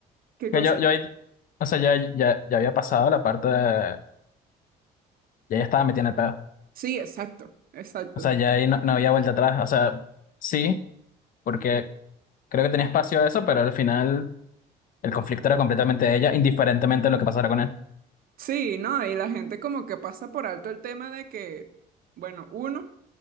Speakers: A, on the right; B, on the left.
A: qué cosa.
B: Que yo, yo ahí, o sea, ya, ya, ya había pasado la parte de, ya ya estaba metiendo el pedo.
A: Sí, exacto, exacto.
B: O sea, ya ahí no, no había vuelta atrás, o sea, sí. Porque Creo que tenía espacio a eso, pero al final el conflicto era completamente de ella, indiferentemente de lo que pasara con él.
A: Sí, ¿no? Y la gente como que pasa por alto el tema de que, bueno, uno,